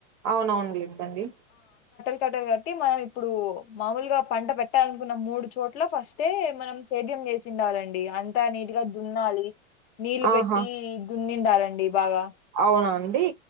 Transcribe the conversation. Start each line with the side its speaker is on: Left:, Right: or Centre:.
Right: అవునవును లేంటండి
Left: కట్ట కట్టి మనం ఇప్ ఇప్పుడు మామూలుగా పంట పెట్టాలనుకున్న మూడు చోట్ల ఫస్టే మనం సేద్యం చేసిండాలండి అ అంత నీట్ గా దున్నాలి నీళ్ళు
Right: ఆహా
Left: పెట్టి దున్నిండాలండి బాగా
Right: పోనా అండి